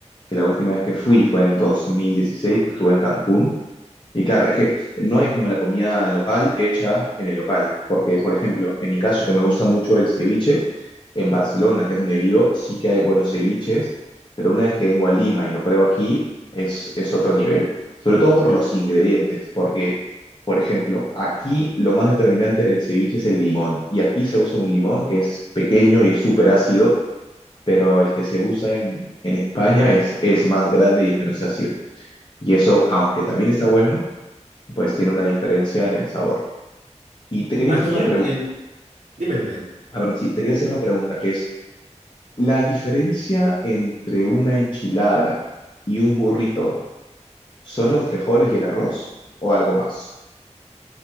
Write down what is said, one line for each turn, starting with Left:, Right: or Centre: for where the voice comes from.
Left: que la última vez que fui fue en 2016, que estuve en Cancún. Y claro, es que no hay como la comida local hecha en el local, porque por ejemplo, en mi caso que me gusta mucho el ceviche, en Barcelona, que es donde vivo, sí que hay buenos ceviches, pero una vez que vengo a Lima y lo pruebo aquí, es, es otro nivel, sobre todo por los ingredientes, porque por ejemplo, aquí lo más determinante en el ceviche es el limón, y aquí se usa un limón que es pequeño y es súper ácido, pero el que se usa en, en España es, es más grande y es menos ácido. Y eso, aunque también está bueno, pues tiene una diferencia en el sabor. Y te quería hacer
Right: Aquí
Left: una
Right: el,
Left: pregunta,
Right: el, dime, dime.
Left: a ver, sí, te quería hacer una pregunta, que es, ¿la diferencia entre una enchilada y un burrito son los frijoles y el arroz o algo más?